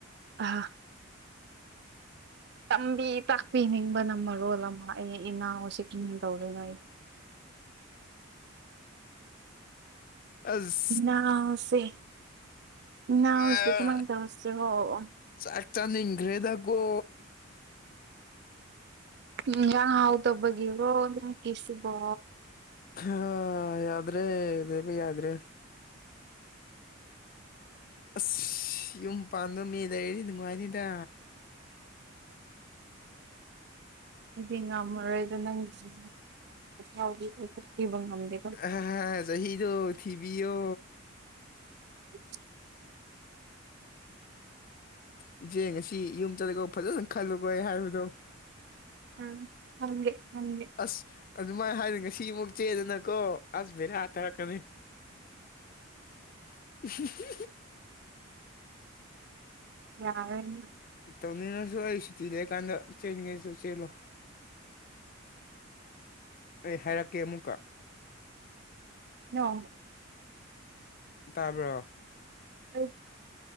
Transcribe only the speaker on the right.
ꯑ ꯇꯝꯕꯤ ꯇꯥꯛꯄꯤꯅꯤꯡꯕꯅ ꯃꯔꯣꯜ ꯑꯃ ꯑꯩ ꯏꯅꯥꯎꯁꯤ ꯀ ꯇꯧꯔꯤꯅꯣ ꯑꯩꯗꯤ
ꯅꯥꯎꯁꯦ ꯅꯅꯥꯎ
ꯁꯦ ꯀꯃꯥꯏ ꯇꯧꯁꯦꯔ꯫
ꯏꯁꯥꯅ ꯍꯥꯎꯇꯕꯒꯤꯔꯣ ꯅꯪꯒꯤꯁꯕꯣ
ꯑꯩꯗꯤ ꯉꯝꯃꯔꯣꯏꯗ ꯅꯪꯒꯤꯗꯤ ꯑꯩ ꯆꯠꯈꯤꯕ ꯉꯝꯗꯦ
<inaudible>
ꯈꯪꯗꯦ ꯈꯪꯗꯦ
ꯌꯥꯔꯅꯪ
<unintelligible>
ꯑꯩ